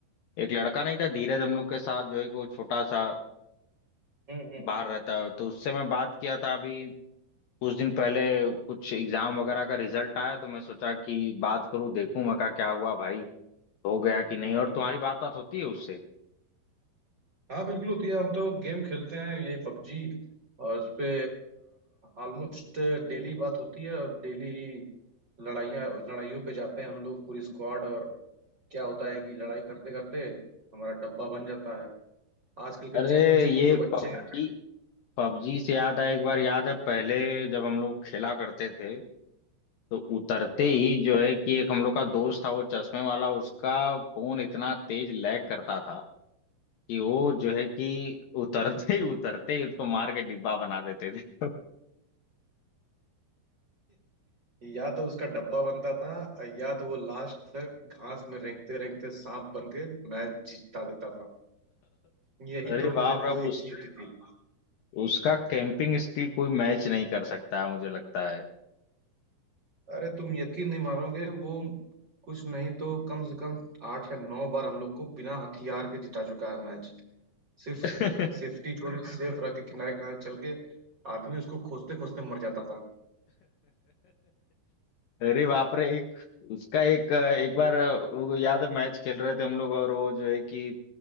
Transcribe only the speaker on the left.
एक लड़का नहीं था धीरज हम लोग के साथ जो है कि वो छोटा सा
बाहर रहता है तो उससे मैं बात किया था अभी कुछ दिन पहले कुछ एग्जाम वगैरह का रिजल्ट आया तो मैं सोचा कि बात करूं देखूं मैं कहा क्या हुआ भाई हो गया कि नहीं
और तुम्हारी बात बात होती है उससे
अरे
ये
पबजी
पबजी से याद है एक बार याद है पहले जब हम लोग खेला करते थे तो उतरते
ही जो है कि एक हम लोग का दोस्त था वो चश्मे वाला उसका फोन इतना तेज लैग करता था कि वो
जो है कि उतरते ही उतरते ही उसको मार के डिब्बा बना देते थे <laughs>
अरे
बाप
रे
उस
उसका कैंपिंग स्किल कोई मैच नहीं कर सकता है मुझे लगता है
<laughs>
अरे बाप रे एक उसका एक एक बार वो याद है मैच खेल रहे थे हम लोग और वो जो है कि